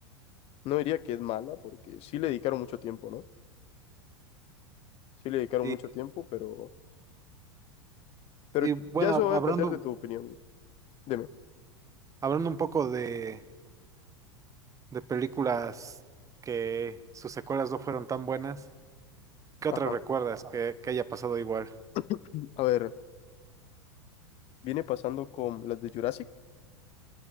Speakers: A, on the left; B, on the right.
A: No diría que es mala, porque sí le dedicaron mucho tiempo, ¿no? Sí le dedicaron
B: Y,
A: mucho tiempo, pero, pero
B: y bueno,
A: ya eso
B: hab-
A: va a depender
B: hablando,
A: de tu opinión. Dime.
B: hablando un poco de, de películas que sus secuelas no fueron tan buenas, ¿qué
A: Ajá.
B: otras recuerdas que, que haya pasado igual?
A: <clears throat> A ver, viene pasando con las de Jurassic,